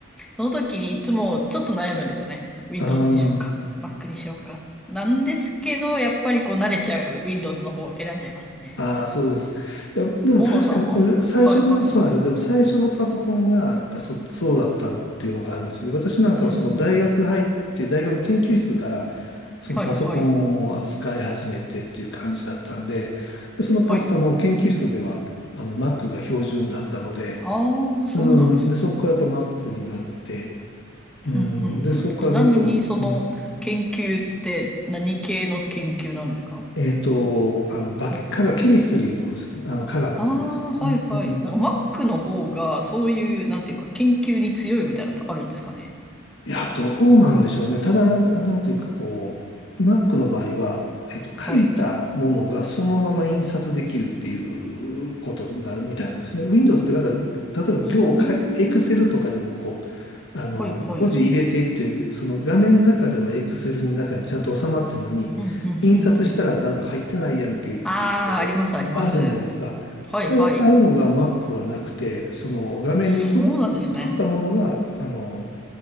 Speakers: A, in the centre; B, on the left (about 60°).
A: その時にいつもちょっと悩むんですよね。Windows
B: あ
A: にしようか、Mac にしようか。なんですけど、やっぱりこう慣れちゃう Windows の方を選んじゃいますね。
B: ああ、そうです。いや、でも確かに、
A: 大野さんは、
B: う最初に、
A: はいはいはい。
B: そうなんですよ。でも最初のパソコンが、やっぱそ、そうだったっていうのがあるんですよね。私なんかはその大学入って、
A: うんうん。
B: 大学の研究室から、そのパソコンを扱い始めてっていう感じだったんで、
A: はいはい。
B: でそのパス、
A: はい。
B: あの、研究室では、あの、Mac が標準だったので、
A: ああ、そうなんです。
B: うん、で、そこからやっぱ Mac になって、うん、
A: うんうんうん。
B: で、そこからずっと、
A: ちなみにその研究って何系の研究なんですか
B: うん、えっと、あの、化学、
A: うんうん。
B: 化学、ケミストリーの方です。あの、化学ですね。
A: ああ、はいはい。
B: うん
A: なんか Mac の方がそういう、なんていうか研究に強いみたいなのってあるんですかね。
B: いや、どうなんでしょうね。ただ、なんていうかこう、Mac の場合は、えっと、書いたものがそのまま印刷できるってい
A: はい。
B: うことな、みたいなんですね。Windows ってなんか、例えば行をかい、
A: ほう。
B: Excel とかでもこう、あの、
A: はいはい。
B: 文字入れていって、その画面の中では Excel に中にちゃんと収まってるのに、
A: うん、うん、
B: 印刷したらなんか入ってないやんけっていうことが
A: うん、うん。ああ、あります、あります。
B: あるじゃないですか。
A: はい、
B: あいああいうのが
A: はい。
B: Mac はなくて、その画面に映っ、
A: そうなんですね。
B: 映ったものが、あの、